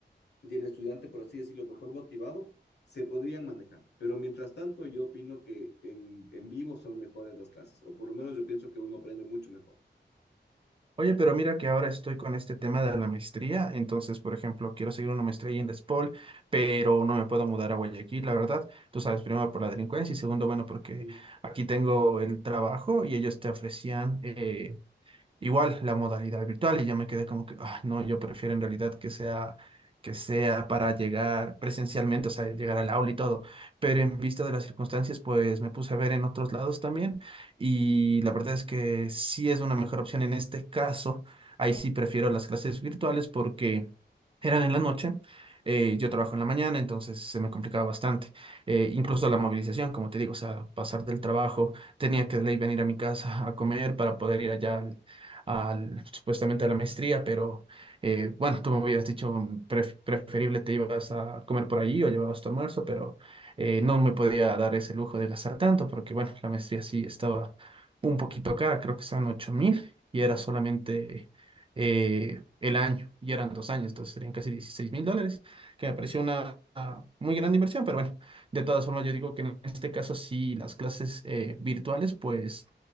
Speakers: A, on the left (about 65°); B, on the right (about 30°).
A: y el estudiante, por así decirlo, mejor motivado, se podrían manejar. Pero mientras tanto, yo opino que en, en vivo son mejores las clases, o por lo menos yo pienso que uno aprende mucho mejor.
B: Oye, pero mira que ahora estoy con este tema de la maestría, entonces, por ejemplo, quiero seguir una maestría ahí en La Espol, pero no me puedo mudar a Guayaquil, la verdad. Tú sabes, primero por la delincuencia y segundo, bueno, porque
A: Uh -huh.
B: aquí tengo el trabajo y ellos te ofrecían eh, Igual la modalidad virtual y yo me quedé como que, "Ay, no, yo prefiero en realidad que sea, que sea para llegar presencialmente, o sea, llegar al aula y todo. Pero en vista de las circunstancias, pues me puse a ver en otros lados también y la verdad es que sí es una mejor opción en este caso. Ahí sí prefiero las clases virtuales porque eran en la noche. eh, yo trabajo en la mañana, entonces se me complicaba bastante. Eh, incluso la movilización, como te digo, o sea, pasar del trabajo, tenía que de ley venir a mi casa a comer para poder ir allá al- supuestamente a la maestría, pero eh, bueno, tú me habías dicho mm, pref- preferible te ibas a comer por allí o llevabas tu almuerzo, pero eh, no me podía dar ese lujo de gastar tanto porque bueno, la maestría sí estaba un poquito cara, creo que estaban ocho mil y era solamente eh, el año y eran dos años, entonces serían casi dieciséis mil dólares, que me pareció una... una Muy grande inversión, pero bueno, de todas formas yo digo que en este caso sí las clases eh, virtuales pues